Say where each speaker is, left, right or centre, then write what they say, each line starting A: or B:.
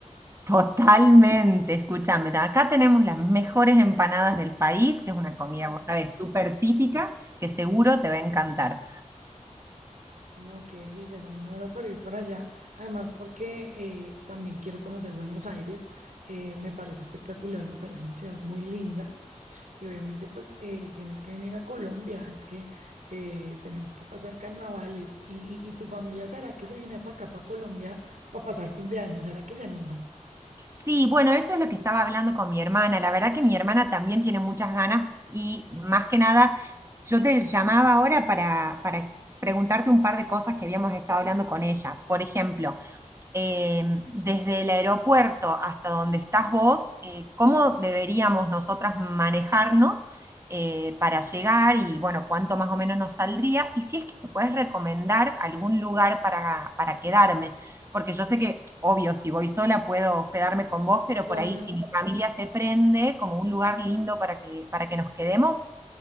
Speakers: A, on the right; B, on the right.
A: Totalmente, escúchame. Acá tenemos las mejores empanadas del país, que es una comida,
B: Ah,
A: vos sabés, súper típica, que
B: Sí,
A: seguro te va a encantar.
B: no, qué delicia, ya me muero por ir por allá. Además, porque eh, también quiero conocer Buenos Aires, eh, me parece espectacular, me parece una ciudad muy linda y obviamente pues eh, tienes que venir a Colombia, es que eh, tenemos que pasar carnavales y, y- y tu familia, ¿será que se viene para acá, para Colombia, para pasar fin de año? ¿Será que se animan?
A: Sí, bueno, eso es lo que estaba hablando con mi hermana. La verdad que mi hermana también tiene muchas ganas y más que nada, yo te llamaba ahora para, para preguntarte un par de cosas que habíamos estado hablando con ella. Por ejemplo, eh, desde el aeropuerto hasta donde estás vos, eh, cómo deberíamos nosotras manejarnos eh, para llegar y, bueno, cuánto más o menos nos saldría. Y si es que me puedes recomendar algún lugar para, para quedarme, porque yo sé que, obvio, si voy sola puedo hospedarme con vos, pero
B: Claro.
A: por ahí si mi familia se prende, como un lugar lindo para que, para que nos quedemos.